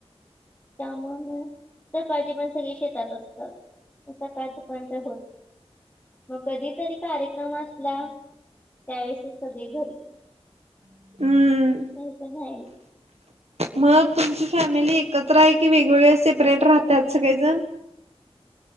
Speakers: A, on the left; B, on the right.
A: त्यामुळ मग सकाळचे पण सगळे शेतात असते. तर असं काच पण काय होत. मग कधीतरी कार्यक्रम असला. त्यावेेळेसच सगळे घरी
B: हम्म
A: नाही तर रा
B: मग तुमची फॅमिली एकत्र आहे की वेगवेगळे सेपरेट राहतात सगळेजण